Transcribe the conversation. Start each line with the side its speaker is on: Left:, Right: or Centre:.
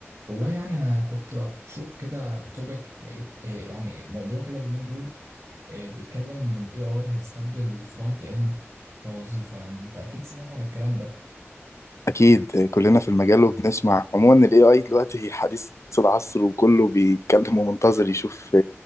Right: والله يعني انا كنت بشوف كده توبيك لقيت آه، يعني موضوع كده اليومين دول آه، بيتكلم ان الاي اي هيستبدل الفرونت اند كوظيفه يعني انت اكيد سمعت عن الكلام ده
Left: اكيد كلنا في المجال وبنسمع عموما الاي اي دلوقتي حديث العصر وكله بيتكلم ومنتظر يشوف